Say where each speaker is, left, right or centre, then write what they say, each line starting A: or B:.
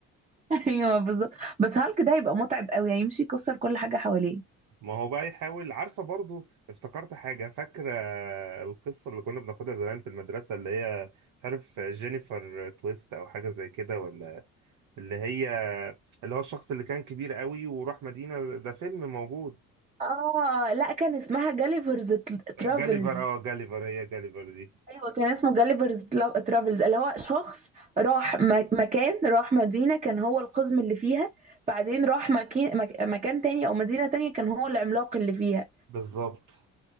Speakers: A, on the right (about 20°); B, on the right (about 65°).
A: ايوه بالظبط بس هالك ده هيبقى متعب قوي هيمشي يكسر كل حاجه حواليه
B: ما هو بقى يحاول عارفة برضو افتكرت حاجة فاكرة القصة اللي كنا بناخدها زمان في المدرسة اللي هي مش عارف جينيفر تويست أو حاجة زي كده ولا اللي هي اللي هو الشخص اللي كان كبير قوي وراح مدينة ده فيلم موجود
A: اه لا كان اسمها جاليفرز ترافلز
B: جاليفر اه جاليفر هي جاليفر دي
A: ايوه كان اسمه جاليفرز ترافلز اللي هو شخص راح م- مكان راح مدينه كان هو القزم اللي فيها بعدين راح مكان مك- مكان تاني او مدينه تانية كان هو العملاق اللي فيها
B: بالظبط